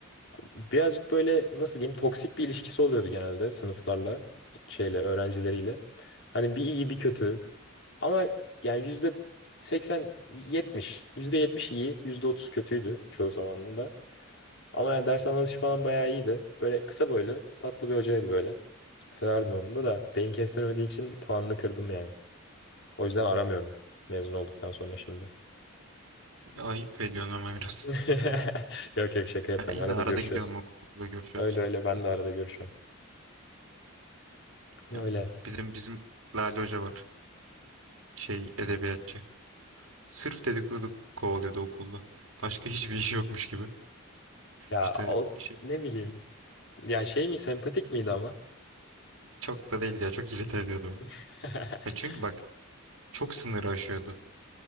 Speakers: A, on the left; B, on the right.
A: Birazcık böyle nasıl diyeyim toksik bir ilişkisi oluyordu genelde sınıflarla, şeyle, öğrencileriyle. Hani bir iyi bir kötü. Ama yani yüzde 80, 70. Yüzde 70 iyi, yüzde 30 kötüydü çoğu zamanında. Ama yani ders anlatışı falan bayağı iyiydi. Böyle kısa boylu, tatlı bir hocaydı böyle. Severdim onu da da beyin kestiremediği için puanını kırdım yani. O yüzden aramıyorum mezun olduktan sonra şimdi.
B: Ya, ayıp ediyorsun ama biraz.
A: <laughs> Yok yok şaka yapıyorum.
B: Ya, yine
A: Arada
B: arada
A: görüşüyoruz.
B: gidiyorum okulda görüşüyoruz.
A: Öyle öyle ben
B: Ha,
A: de arada görüşüyorum. Öyle.
B: Ya, bizim bizim Lale Hoca var. Şey edebiyatçı. Sırf dedikodu kovalıyordu okulda. Başka hiçbir işi yokmuş gibi.
A: Ya
B: İşte
A: o,
B: şey,
A: ne bileyim. Ya şey mi sempatik miydi ama?
B: çok da değil ya. Çok irite ediyordu beni.
A: <laughs>
B: Ya çünkü bak çok sınırı aşıyordu